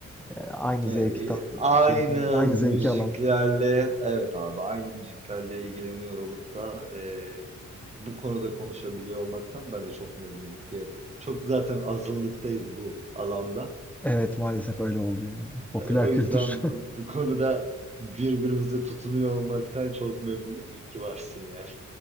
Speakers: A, in the centre; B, on the right.
A: E, aynı
B: E,
A: zevki
B: e,
A: tat,
B: aynı
A: şey aynı zevki
B: müziklerle
A: alan.
B: evet abi aynı müziklerle ilgileniyor olup da e, bu konuda konuşabiliyor olmaktan ben de çok memnunum. E, Çok zaten azınlıktayız bu alanda.
A: Evet maalesef öyle oldu yani. Popüler
B: Hani o yüzden
A: kültür.
B: bu, bu konuda birbirimize tutunuyor olmaktan çok memnunum. İyi ki varsın yani.